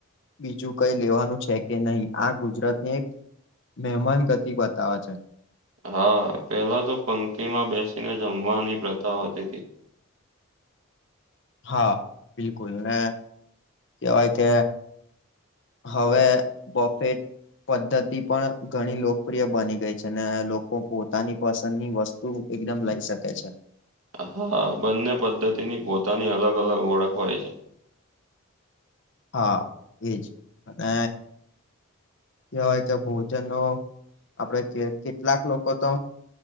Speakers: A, on the left (about 55°); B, on the right (about 80°).
A: બીજું કઈ લેવાનું છે કે નહીં. આ ગુજરાતને એક મહેમાન ગતિ બતાવે છે.
B: હા પેલા તો પંક્તિ માં બેસીને જમવાની પ્રથા હોતી હતી.
A: હા બિલકુલ ને કેવાય કે હવે પ્રોફિટ પદ્ધતિ પણ ઘણી લોકપ્રિય બની ગઈ છે. ને લોકો પોતાની પસંદની વસ્તુ તું એકદમ લઈ શકે છે.
B: હા બંને પદ્ધતિની પોતાની અલગ અલગ ઓળખ હોય છે.
A: હા એજ ને કવાય કે બહ જેનો આપડે કેટલાક લોકો તો